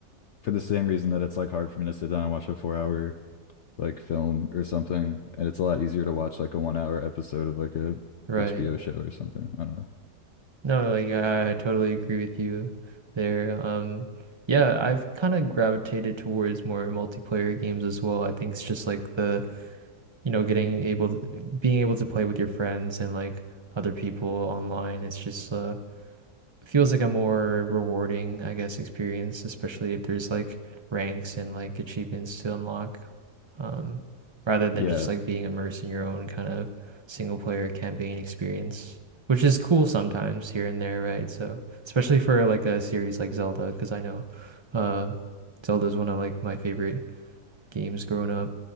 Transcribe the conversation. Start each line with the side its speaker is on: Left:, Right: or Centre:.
Left: for the same reason that it's like hard for me to sit down and watch a four hour like film or something, and it's a lot easier to watch like a one hour episode of like a
Right: Right.
Left: HBO show or something. I don't know.
Right: No, like I totally agree with you there. Um, yeah, I've kind of gravitated towards more multiplayer games as well. I think it's just like the you know, getting able being able to play with your friends and like other people online, it's just uh feels like a more rewarding, I guess, experience, especially if there's like ranks and like achievements to unlock, um, rather than
Left: Yeah.
Right: just like being immersed in your own kind of single player campaign experience, which is cool sometimes here and there, right? So especially for like a series like Zelda, because I know, uh, Zelda's one of like my favorite games growing up,